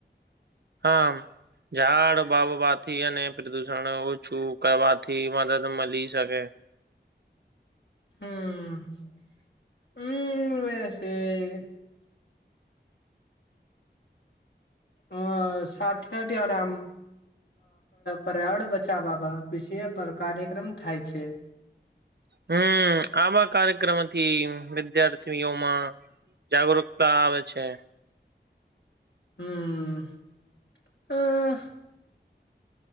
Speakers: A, on the right; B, on the left.
A: હા ઝાડ વાવવાથી અને પ્રદુષણ ઓછું કરવાથી મદદ મળી શકે.
B: હમ્મ હમ્મ વ છે. હ સાઠઠડ આમ પર્યાવરણ બચાવવામાં વિશે કાર્યક્રમ થાય છે.
A: હમ આમાં કાર્યક્રમથી વિદ્યાર્થીઓમાં જાગૃકતા આવે છે.
B: હમ્મ હા.